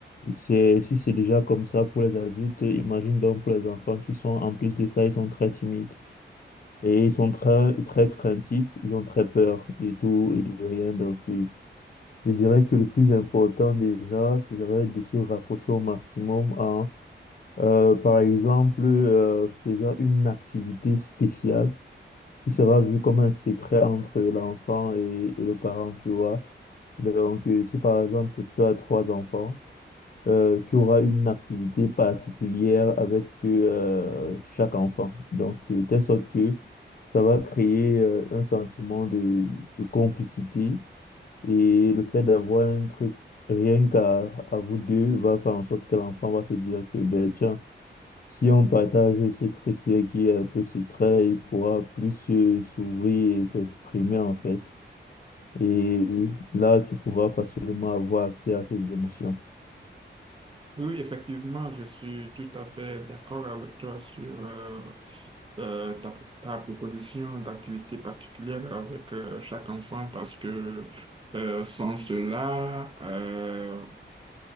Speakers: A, on the left; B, on the right.
A: c'est, si c'est déjà comme ça pour les adultes, imagine donc pour les enfants qui sont, en plus de ça, ils sont très timides et ils sont très, très craintifs, ils ont très peur de tout et de rien. Donc, euh, je dirais que le plus important déjà serait de se rapprocher au maximum en, euh, par exemple, euh, faisant une activité spéciale qui sera vue comme un secret entre l'enfant et, et le parent, tu vois. Donc, euh, si par exemple tu as trois enfants, euh, tu auras une activité particulière avec euh, chaque enfant. Donc, euh, de telle sorte que ça va créer euh, un sentiment de, de complicité et le fait d'avoir un truc rien qu'à à vous deux va faire en sorte que l'enfant va se dire que, ben tiens, si on partage ce truc qui est, qui est un peu secret, il pourra plus euh, s'ouvrir et s'exprimer en fait. Et là, tu pourras facilement avoir accès à ses émotions.
B: Oui, effectivement, je suis tout à fait d'accord avec toi sur euh, euh, ta, ta proposition d'activité particulière avec euh, chaque enfant parce que euh, sans cela, euh,